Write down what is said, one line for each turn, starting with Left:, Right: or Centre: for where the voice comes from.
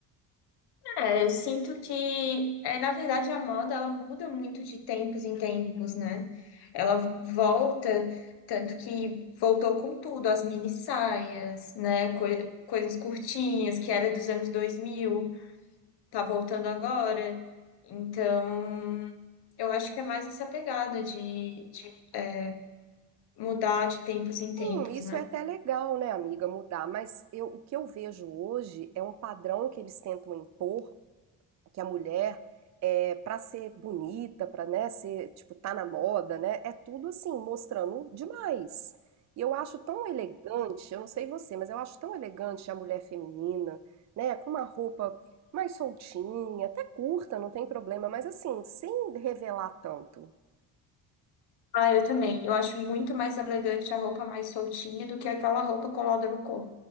Left: É, eu sinto que, é, na verdade, a moda ela muda muito de tempos em tempos, né? Ela volta, tanto que voltou com tudo, as mini saias, né? Coi- coisas curtinhas, que era dos anos 2000 tá voltando agora. Então, eu acho que é mais essa pegada de, de é, mudar de tempos em tempos,
Right: Sim, isso
Left: né?
Right: é até legal, né, amiga, mudar, mas eu, o que eu vejo hoje é um padrão que eles tentam impor que a mulher é, para ser bonita, para né, ser tipo tá na moda, né? É tudo assim mostrando demais. E eu acho tão elegante, eu não sei você, mas eu acho tão elegante a mulher feminina, né? Com uma roupa mais soltinha, até curta, não tem problema, mas assim sem revelar tanto,
Left: Ah, eu também. Eu acho muito mais elegante a roupa mais soltinha do que aquela roupa colada no corpo.